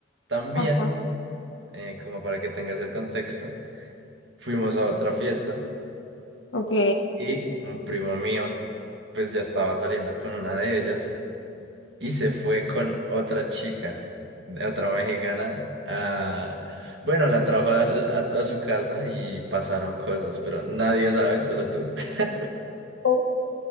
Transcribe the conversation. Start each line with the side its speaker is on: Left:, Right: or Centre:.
Right: También,
Left: Ajá,
Right: eh, como para que tengas el contexto, fuimos a otra fiesta
Left: ok.
Right: y un primo mío, pues ya estaba saliendo con una de ellas y se fue con otra chica, de otra mexicana. a- bueno, la trajo a su, a- a su casa y pasaron cosas, pero nadie sabe, solo tú. <laughs>
Left: Ok,